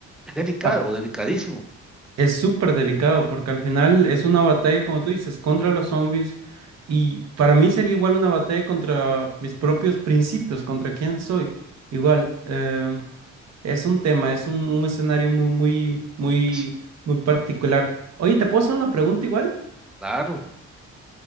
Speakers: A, in the centre; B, on the right.
A: Es delicado,
B: a-
A: delicadísimo.
B: Es súper delicado porque al final es una batalla, como tú dices, contra los zombies y para mí sería igual una batalla contra mis propios principios, contra quién soy. Igual, eh, es un tema, es un, un escenario muy, muy, muy,
A: Es,
B: muy particular. Oye, ¿te puedo hacer una pregunta igual?
A: claro.